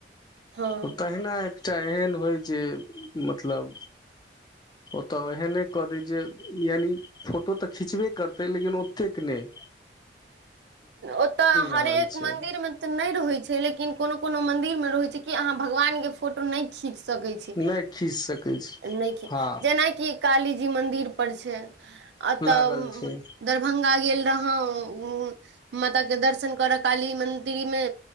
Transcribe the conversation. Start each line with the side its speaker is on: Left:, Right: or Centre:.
Right: हँ
Left: त तहिना एकटा एहन होय जे मतलब ओतय एहने कऽ दै जे यानि फोटो तऽ खिचबे करतै लेकिन ओतेक नइ
Right: ओतअ हरेक
Left: रहल छै
Right: मन्दिर मे तऽ नइ रहै छै लेकिन कोनो कोनो मंदिर मे रहै छै कि अहाँ भगवान के फोटो नइ खीच सकै छी
Left: नहि खीच सकै छी
Right: नइ
Left: हँ
Right: जेनाकि कालीजी मन्दिर पर छै अतऽ
Left: लागल छै
Right: दरभंगा गेल रहौ माता के दर्शन कर काली मंन्दिर मे